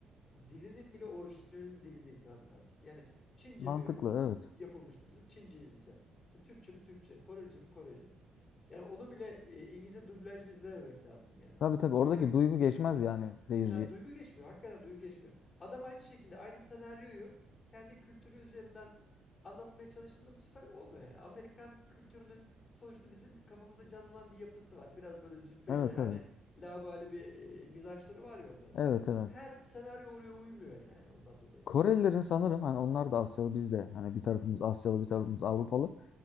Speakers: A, on the left; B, on the left.
A: dilinin bile orijinal dilini izlemem lazım. Yani Çince
B: Mantıklı
A: mi
B: evet.
A: yapılmış mı dizi Çince izleyeceğim. İşte Türkçe mi Türkçe, Korece mi Korece. Yani onu bile e, İngilizce dublajda izlememek lazım yani.
B: Tabii tabii oradaki
A: Çünkü
B: duygu geçmez yani seyirciye.
A: Ha, duygu geçmiyor. Hakikaten duygu geçmiyor. Adam aynı şekilde aynı senaryoyu kendi kültürü üzerinden anlatmaya çalıştığında bu sefer olmuyor yani. Amerikan kültürünün sonuçta bizim kafamızda canlanan bir yapısı var. Biraz böyle züppece
B: Evet
A: hani
B: evet.
A: laubali bir e, mizaçları var ya onların.
B: Evet evet.
A: Her senaryo oraya uymuyor yani ondan dolayı.
B: Korelilerin sanırım hani onlar da Asyalı biz de hani bir tarafımız Asyalı bir tarafımız Avrupalı.